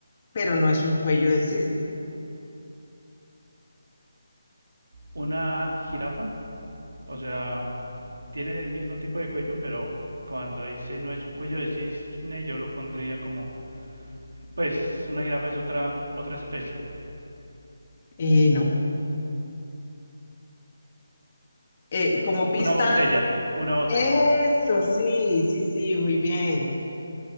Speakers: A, on the left (about 30°); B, on the right (about 70°).
A: pero no es un cuello de cisne.
B: ¿Una jirafa? O sea, tienen el mismo tipo de cuello, pero cuando dice no es un cuello de cisne, yo lo pondría como, pues una jirafa es otra otra especie.
A: Y no. Eh, como pista,
B: Una botella, una botella.
A: eso, sí, sí, sí, muy bien.